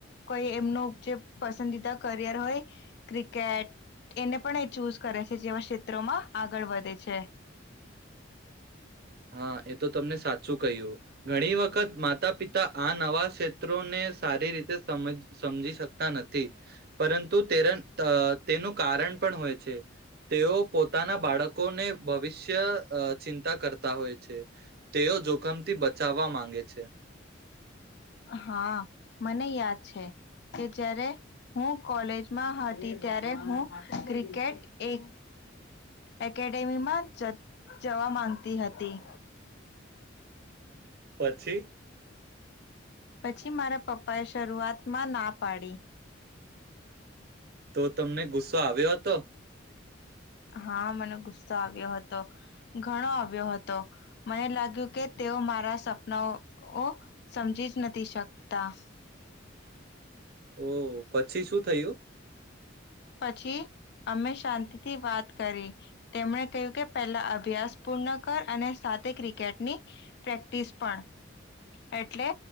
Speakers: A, on the left; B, on the right.
A: કોઈ એમનું જે પસંદીદા કરિયર હોય ક્રિકેટ એને પણ એ ચૂઝ કરે છે જેમાં ક્ષેત્રોમાં આગળ વધે છે.
B: હા એ તો તમને સાચું કહ્યું ઘણી વખત માતા પિતા આ નવા ક્ષેત્રોને સારી રીતે સમ સમજી શકતા નથી પરંતુ તે તેનું કારણ પણ હોય છે તેઓ પોતાના બાળકોને ભવિષ્ય ચિંતા કરતા હોય છે તેઓ જોખમથી બચાવવા માંગે છે.
A: હા મને યાદ છે કે જારે હું કોલેજમાં હતી ત્યારે હું ક્રિકેટ એક એકેડેમીમાં જવા માંગતી હતી.
B: પછી?
A: પછી મારા પપ્પા એ શરૂઆતમાં ના પાડી.
B: તો તમને ગુસ્સો આવ્યો હતો?
A: હા મને ગુસ્સો આવ્યો હતો ઘણો આવ્યો હતો મને લાગ્યું કે તેઓ મારા સપનાઓ સમજી જ નથી શકતા.
B: ઓ પછી શું થયું?
A: પછી અમે શાંતિથી વાત કરી તેમણે કહ્યું કે પહેલા અભ્યાસ પૂર્ણ કર અને સાથે ક્રિકેટની પ્રેક્ટિસ પણ એટલે